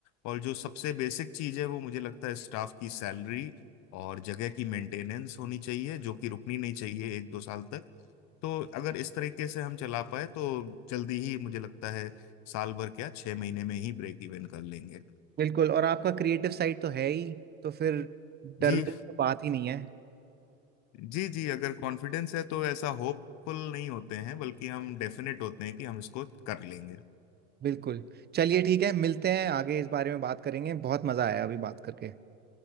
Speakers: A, on the left (about 55°); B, on the right (about 30°).
A: और जो सबसे बेसिक चीज़ है वो मुझे लगता है स्टाफ की सैलरी और जगह की मेंटेनेंस होनी चाहिए जो कि रुकनी नहीं चाहिए एक दो साल तक तो अगर इस तरीके से हम चला पाए तो जल्दी ही मुझे लगता है साल भर क्या छह महीने में ही ब्रेक इवन कर लेंगे
B: बिल्कुल और आपका क्रिएटिव साइड तो है ही तो फिर डरने
A: जी
B: की तो बात ही नहीं है
A: जी जी अगर कॉन्फिडेंस है तो ऐसा होपफुल नहीं होते हैं बल्कि हम डेफिनेट होते हैं कि हम इसको कर लेंगे
B: बिल्कुल चलिए ठीक है मिलते हैं आगे इस बारे में बात करेंगे बहुत मजा आया अभी बात करके